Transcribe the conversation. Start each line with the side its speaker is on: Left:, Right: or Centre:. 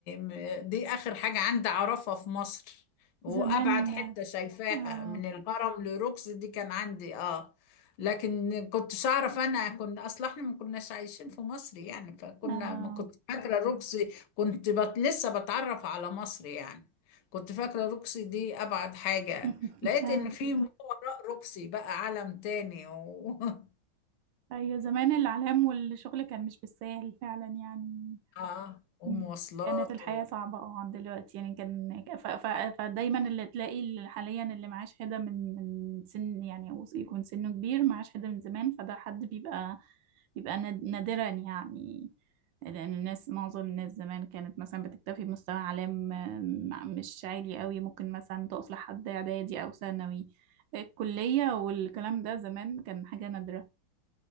Left: م... دي اخر حاجه عندي اعرفها في مصر وابعد
Right: زمان
Left: حته شايفاها
Right: اه
Left: من الهرم لروكسي دي كان عندي اه لكن كنتش اعرف انا كنا اصلا احنا ما كناش عايشين في مصر يعني فكنا
Right: اه
Left: ما كنت فاكره روكسي كنت بت... لسه بتعرف على مصر يعني كنت فاكرة روكسي دي أبعد حاجة
Right: <laughs>
Left: لقيت
Right: اه
Left: إن في ما وراء روكسي بقى عالم تاني و... <laughs>
Right: أيوة زمان الإعلام والشغل كان مش بالساهل فعلا يعني
Left: آه
Right: م.
Left: ومواصلات
Right: كانت الحياة
Left: و...
Right: صعبة اه عن دلوقتي يعني كان ف... ف... فدايما اللي تلاقي اللي حاليا اللي معاه شهادة من من سن يعني أو يكون سنه كبير معاه شهادة من زمان فده حد بيبقى بيبقى ناد- نادرا يعني لأن الناس معظم الناس زمان كانت مثلا بتكتفي بمستوى إعلام م- مش عالي قوي ممكن مثلا تقف لحد إعدادي أو ثانوي الكلية والكلام ده زمان كان حاجة نادرة